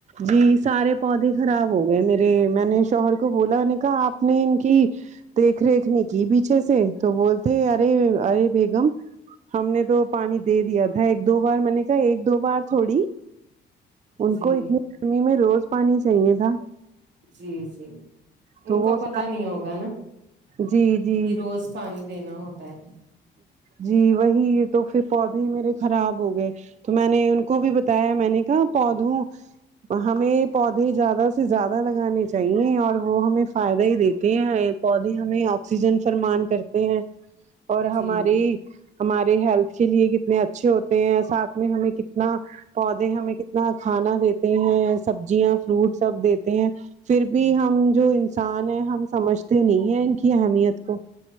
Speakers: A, on the right; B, on the right.
A: جی سارے پودے خراب ہو گئے میرے میں نے شوہر کو بولا انہوں نے کہا اپ نے ان کی دیکھ ریکھ نے کی پیچھے سے تو بولتے ارے ارے بیگم ہم نے تو پانی دے دیا تھا ایک دو بار میں نے کہ ایک دو بار تھوڑی ان
B: جی
A: کو اتنی گرمی میں روز پانی چاہیے تھا
B: جی جی ان
A: تو وہ
B: کو پتا
A: سارے
B: نہیں ہوگا نا
A: جی جی
B: کہ روز پانی دینا ہوتا ہے پا
A: جی وہی تو پھر پودے میرے خراب ہو گئے تو میں نے ان کو بھی بتایا میں نے کہ پودوں ہمیں پودے زیادہ سے زیادہ لگانے چاہیے اور وہ ہمیں فائدہ ہی دیتے ہیں پودے ہمیں اکسیجن فرمان کرتے ہیں اور
B: جی
A: ہماری ہمارے ہیلتھ کے لیے کتنے اچھے ہوتے ہیں ساتھ میں ہمیں کتنا پودے ہمیں کتنا کھانا دیتے ہیں سبزیاں فروٹ سب دیتے ہیں پھر بھی ہم جو انسان ہیں ہم سمجھتے نہیں ہیں ان کی اہمیت کو